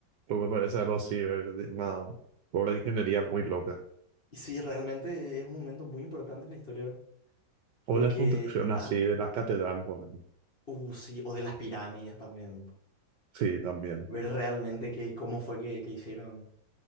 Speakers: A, on the right; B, on the left.
A: Pero me parece algo así, ver de una obra de ingeniería muy loca.
B: Y sí, realmente es un momento muy importante en la historia,
A: O
B: porque,
A: la construcción así
B: ah,
A: de las catedrales. bueno,
B: uh, sí, o de las pirámides también.
A: Sí, también.
B: ver realmente que, cómo fue que, que hicieron.